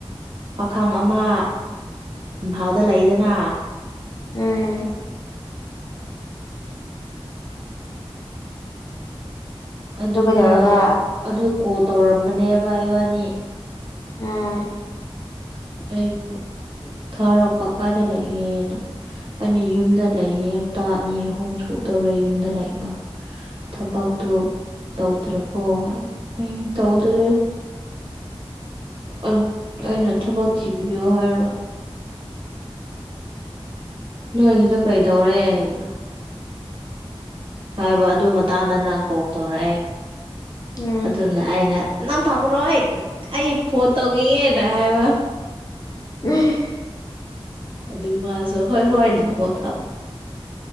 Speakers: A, on the right (about 55°); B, on the left (about 35°).
A: ꯄꯥꯈꯪ ꯑꯃ ꯏꯝꯐꯥꯜꯗ ꯂꯩꯗꯅ
B: ꯎꯝ
A: ꯑꯗꯨꯗ
B: ꯑꯗꯨ ꯀꯩꯗꯧꯔꯕ
A: ꯑꯗꯨ ꯀꯣꯜ ꯇꯧꯔꯝꯕꯅꯦꯕ ꯏꯕꯥꯅꯤ
B: ꯎꯝ
A: ꯑꯩꯕꯨ ꯊꯥꯔꯛꯄ ꯀꯥꯏꯗ ꯂꯩꯒꯦꯅ ꯑꯅ ꯌꯨꯝꯗ ꯂꯩꯌꯦ ꯍꯞꯇꯥ ꯑꯅꯤ ꯑꯍꯨꯝ ꯁꯨꯗꯧꯔꯦ ꯌꯨꯝꯗ ꯂꯩꯕ ꯊꯕꯛꯇꯣ ꯇꯧꯗ꯭ꯔꯕꯣ ꯎꯝ ꯇꯧꯗꯔꯦ ꯑꯩ ꯑꯩꯅ ꯊꯕꯛ ꯊꯤꯕꯤꯌꯨ ꯍꯥꯏꯔꯒ ꯅꯣꯏꯒꯤꯗꯣ ꯀꯩꯗꯧꯔꯦꯅ ꯍꯥꯏꯕ ꯑꯗꯨ ꯃꯇꯥꯡꯗ ꯅꯪ ꯀꯣꯜ ꯇꯧꯔꯛꯑꯦ
B: ꯎꯝ
A: ꯑꯗꯨꯅ ꯑꯩꯅ ꯅꯪ ꯊꯝꯃꯨꯔꯣ ꯑꯩ ꯑꯩ ꯐꯣꯟ ꯇꯧꯈꯤꯒꯦꯅ ꯍꯥꯏꯕ
B: <unintelligible>
A: ꯑꯗꯨ ꯃꯥꯁꯨ ꯍꯣꯏ ꯍꯣꯏ ꯊꯝꯃꯣ ꯊꯝꯃꯣ